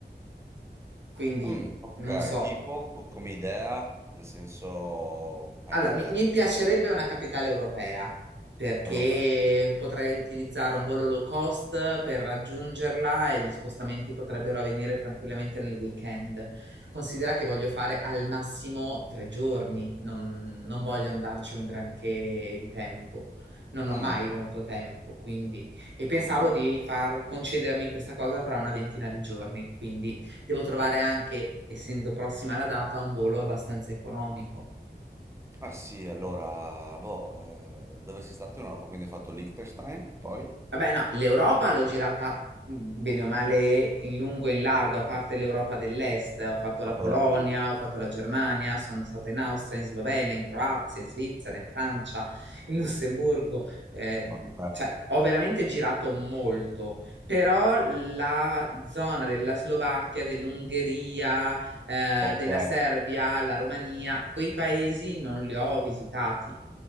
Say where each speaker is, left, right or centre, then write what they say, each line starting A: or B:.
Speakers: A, on the right; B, on the right.
A: quindi
B: mm, ok,
A: non so.
B: tipo co- come idea, nel senso hai
A: Allora,
B: una meta
A: mi, mi piacerebbe
B: prima,
A: una capitale europea perché
B: europea.
A: potrei utilizzare un volo low cost per raggiungerla e gli spostamenti potrebbero avvenire tranquillamente nel weekend. Considera
B: certo.
A: che voglio fare al massimo tre giorni, non, non voglio andarci un granché di tempo. Non ho
B: Mm,
A: mai molto tempo, quindi... E pensavo
B: mm, mm.
A: di far concedermi questa cosa fra una ventina di giorni, quindi devo trovare anche, essendo prossima la data, un volo abbastanza economico.
B: Ah sì, allora, boh, eh, dove sei stato in Europa? Quindi hai fatto Liechtenstein, poi
A: Vabbè, no, l'Europa l'ho girata mh, bene o male in lungo e in largo, a parte l'Europa dell'Est. Ho fatto la
B: parte
A: Polonia,
B: d'Europa dell'Est.
A: ho fatto la Germania, sono stata in Austria, in Slovenia, in Croazia, in Svizzera, in Francia, in Lussemburgo. Eh,
B: Ok,
A: cioè, ho veramente girato molto, però la zona della Slovacchia, dell'Ungheria, eh,
B: ok,
A: della Serbia, la Romania, quei paesi non li ho visitati.